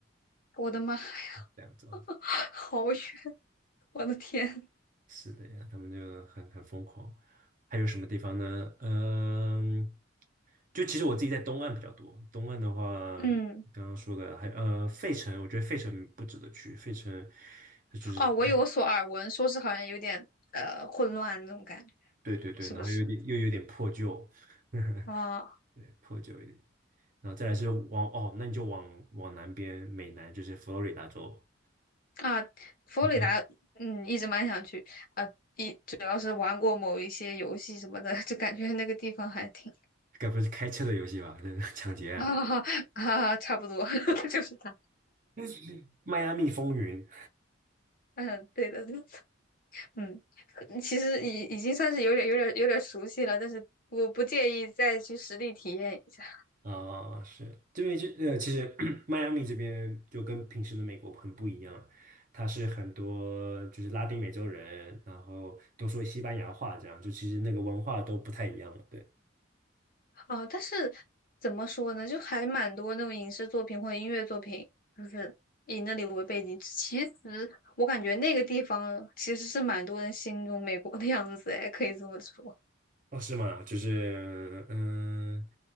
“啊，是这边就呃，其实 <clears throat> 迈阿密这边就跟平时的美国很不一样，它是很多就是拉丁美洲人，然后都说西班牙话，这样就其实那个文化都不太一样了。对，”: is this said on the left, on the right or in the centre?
Right